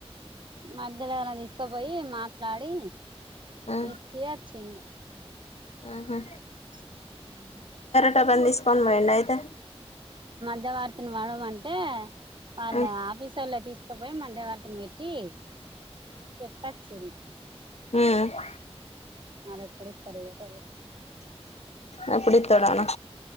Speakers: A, on the right; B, on the left.
A: మధ్యలోనా తీసుకోపోయి మాట్లాడి
B: ఆ
A: ఇట్లే వచ్చిండు
B: ఆహా
A: అ <inaudible>
B: టవల్ తీసుకొని పోయిండా అయితే
A: <inaudible> వార్తని పాడమంటే వాళ్ళ
B: ఉమ్
A: ఆఫీస్ వాళ్ల తీసుకొపోయి మధ్య వర్తని పెట్టి చెప్పొచ్చిండు
B: హుమ్మ్
A: మరి ఎప్పుడు తరగట
B: అ కుడు తడనా